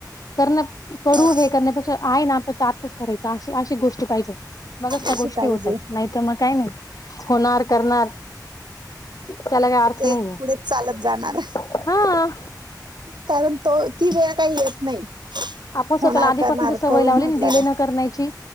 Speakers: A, on the left; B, on the right.
A: करण्या करू
B: त्यात
A: हे करण्यापेक्षा आहे ना, तर आत्ताच करायचं अ अशी गोष्टी पाहिजे. मगच त्या
B: अशी
A: गोष्टी
B: पाहिजे
A: होतात. नाहीत मग काय नाही होणार, करणार. त्याला काय अर्थ
B: ते
A: नाहीए.
B: पुढेच चालत जाणार.
A: हा.
B: कारण तो, ती वेळ काही येत नाही.
A: आपण स्वतःला
B: होणार
A: आधीपासून
B: करणार
A: ज सवय
B: करू
A: लावली
B: म्हटल्यावर
A: न डले न करण्याची